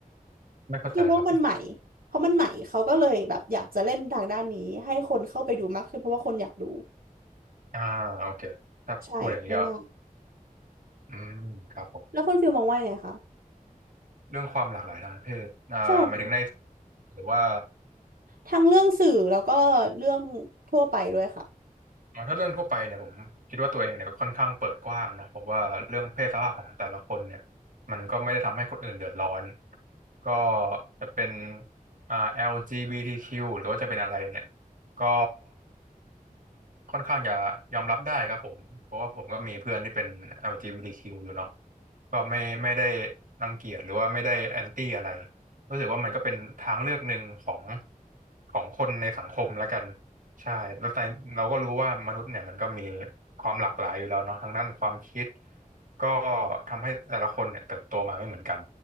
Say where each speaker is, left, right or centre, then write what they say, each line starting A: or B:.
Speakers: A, on the right; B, on the right.
A: ไม่เข้าใจครับ
B: คือเพราะมันใหม่เพราะมันใหม่เขาก็เลยแบบอยากจะเล่นทางด้านนี้ให้คนเข้าไปดูมากขึ้นเพราะว่าคนอยากดู
A: อ่าโอเคถ้าพูดอย่างนี้ก็
B: ใช่ง่าย
A: อืมครับผม
B: ๆแล้วคุณฟิลมองว่ายังไงคะ
A: เรื่องความหลากหลายทางเพศอ่าหมายถึงใน
B: ใช่ค่ะ
A: หรือว่า
B: ทั้งเรื่องสื่อแล้วก็เรื่องทั่วไปด้วยค่ะ
A: อ๋อถ้าเรื่องทั่วไปเนี่ยผมคิดว่าตัวเองเนี่ยค่อนข้างเปิดกว้างเนาะเพราะว่าเรื่องเพศสภาพของแต่ละคนเนี่ยมันก็ไม่ได้ทำให้คนอื่นเดือดร้อนก็จะเป็นอ่า LGBTQ หรือว่าจะเป็นอะไรเนี่ยก็ ค่อนข้างจะยอมรับได้ครับผมเพราะว่าผมก็มีเพื่อนที่เป็น LGBTQ อลจีบีทีคิวอยู่เนาะก็ไม่ไม่ได้รังเกียจหรือว่าไม่ได้แอนตี้อะไรรู้สึกว่ามันก็เป็นทางเลือกหนึ่งของของคนในสังคมแล้วกันใช่แล้วแต่เราก็รู้ว่ามนุษย์เนี่ยมันก็มีความหลากหลายอยู่แล้วเนาะทั้งด้านความคิด ก็ทำให้แต่ละคนเนี่ยเติบโตมาไม่เหมือนกัน